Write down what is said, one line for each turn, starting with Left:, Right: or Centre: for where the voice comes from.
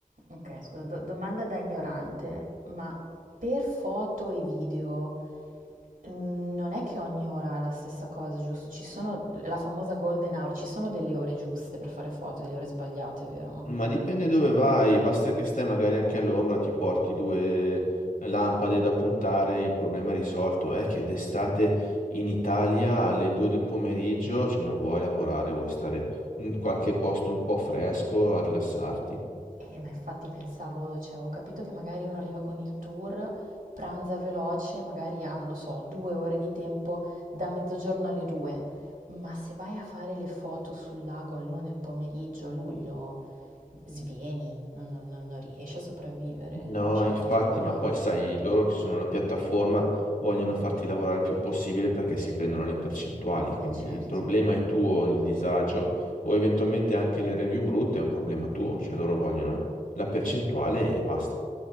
Right: Ok, scusa, do- domanda da ignorante, ma per foto e video mm, non è che ogni ora ha la stessa cosa, giusto? Ci sono la famosa golden hour, ci sono delle ore giuste per fare foto, delle ore sbagliate, vero?
Left: Ma dipende dove vai, basta che stai magari anche all'ombra, ti porti due lampade da puntare, il problema è risolto. È che d'estate in Italia alle due del pomeriggio, cioè non vuoi lavorare, vuoi stare in qualche posto un po' fresco a rilassarti.
Right: Eh, ma infatti pensavo, cioè ho capito che magari uno arriva con il tour, pranza veloce, magari ha, non lo so, due ore di tempo da mezzogiorno alle due, ma se vai a fare le foto sul lago all'una del pomeriggio a luglio, svieni, non, non- non- non riesci a sopravvivere,
Left: No,
Right: eh, c'è
Left: infatti,
Right: una tortura,
Left: ma poi sai, loro che sono la piattaforma vogliono farti lavorare il più possibile perché si prendono le percentuali, quindi
Right: eh certo.
Left: il problema è tuo, il disagio o eventualmente anche le review brutte è un problema tuo, cioè loro vogliono la percentuale e basta.